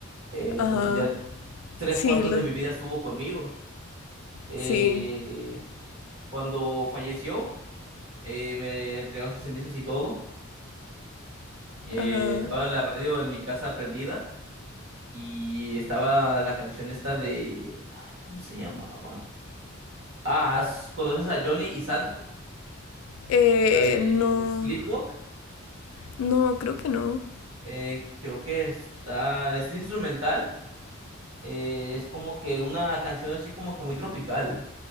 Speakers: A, on the right; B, on the left.
A: eh,
B: Ajá.
A: entonces ya tres
B: Sí,
A: cuartos
B: lo-
A: de mi vida estuvo conmigo. Eh,
B: sí.
A: cuando falleció, eh, me entregaron sus cenizas y todo. Eh,
B: Ajá.
A: estaba la radio en mi casa prendida y estaba la canción esta de... ay, ¿Cómo se llamaba? Ah, ¿has- ¿conoces a Johnny y Santo?
B: Eh,
A: La de
B: no.
A: Sleepwalk.
B: No, creo que no.
A: Eh, creo que está... Este instrumental eh, es como que una canción así como que muy tropical.